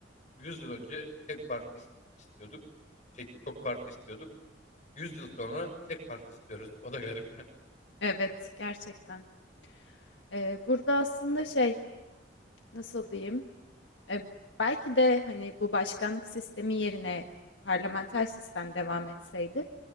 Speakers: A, on the left; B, on the left.
A: 100 yıl önce tek parti is- istiyorduk. Şey, çok parti istiyorduk. 100 yıl sonra tek parti istiyoruz. <laughs> O da garip. <laughs>
B: Evet gerçekten. Ee, burada aslında şey nasıl diyeyim? E, belki de hani bu başkanlık sistemi yerine parlamenter sistem devam etseydi